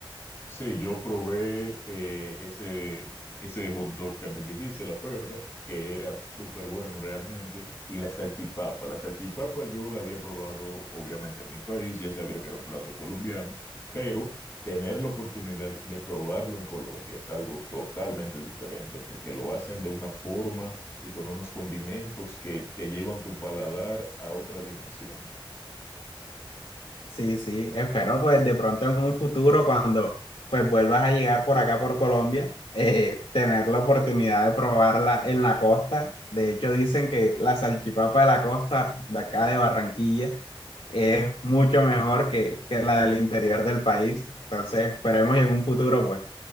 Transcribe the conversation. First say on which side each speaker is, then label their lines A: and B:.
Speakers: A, on the left; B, on the left.
A: Sí, yo probé eh, ese, ese hot dog que me dijiste, la perra, que era súper bueno realmente, y la salchipapa. La salchipapa yo la había probado obviamente en mi país, ya sabía que era un plato colombiano, pero tener la oportunidad de probarlo en Colombia es algo totalmente diferente, porque lo hacen de una forma y con unos condimentos que te llevan tu paladar a otra dimensión.
B: Sí, sí, espero pues de pronto en un futuro cuando pues vuelvas a llegar por acá por Colombia, eh, tener la oportunidad de probarla en la costa. De hecho dicen que la salchipapa de la costa de acá de Barranquilla es mucho mejor que, que la del interior del país. Entonces esperemos y en un futuro pues